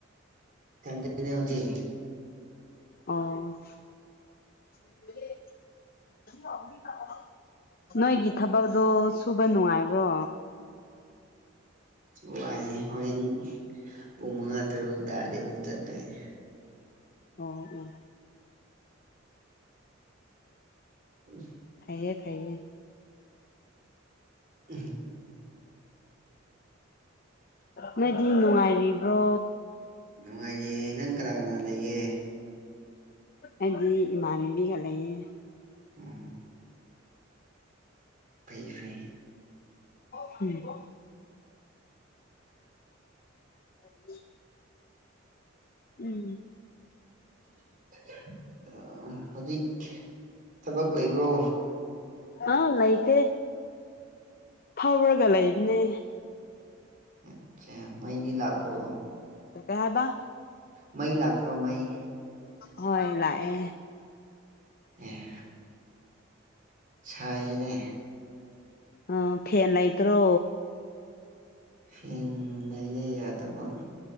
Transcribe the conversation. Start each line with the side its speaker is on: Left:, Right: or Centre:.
Right: ꯑꯦꯇ ꯍꯧꯖꯤ
Left: ꯑ ꯅꯣꯏꯒꯤ ꯊꯕꯛꯇꯣ ꯁꯨꯕ ꯅꯨꯡꯉꯥꯏꯕ꯭ꯔꯣ
Right: ꯋꯥꯏꯅꯦ ꯍꯣꯔꯦꯟ ꯄꯨꯡ ꯃꯉꯥ ꯇꯔꯨꯛ ꯇꯥꯔꯗꯤ ꯑꯃꯨꯛ ꯆꯠꯇꯣꯏꯅꯦ
Left: ꯑꯣ ꯎꯝ
Right: ꯎ
Left: ꯐꯥꯏꯌꯦ ꯐꯌꯦ
Right: ꯎꯝ
Left: ꯅꯣꯏꯗꯤ ꯅꯨꯡꯉꯥꯏꯔꯤꯕ꯭ꯔꯣ
Right: ꯅꯨꯡꯉꯥꯏꯔꯤꯌꯦ ꯅꯪ ꯀꯅꯥ ꯀꯅꯥ ꯂꯩꯒꯦ
Left: ꯑꯩꯗꯤ ꯏꯃꯥꯟꯕꯤꯒ ꯂꯩꯌꯦ
Right: ꯎꯝ ꯐꯩ ꯐꯩ
Left: ꯍꯝ ꯑꯣꯀꯦ
Right: ꯎꯝ
Left: ꯎꯝ
Right: <inaudible> ꯍꯧꯖꯤꯛ ꯊꯕꯛ ꯂꯩꯕ꯭ꯔꯣ
Left: ꯑꯥ ꯂꯩꯇꯦ ꯐꯧꯔꯒ ꯂꯩꯕꯅꯦ
Right: ꯑꯆꯥ ꯃꯩꯗꯤ ꯂꯥꯛꯄ꯭ꯔꯣ
Left: ꯀꯩ ꯍꯥꯏꯕ
Right: ꯃꯩ ꯂꯥꯛꯄ꯭ꯔꯣ ꯃꯩ
Left: ꯍꯣꯏ ꯂꯥꯛꯑꯦ
Right: ꯑꯦ ꯁꯥꯏꯅꯦ
Left: ꯑ ꯐꯦꯟ ꯂꯩꯇ꯭ꯔꯣ
Right: ꯍꯦꯡ ꯂꯩꯌꯦ ꯌꯥꯗꯕ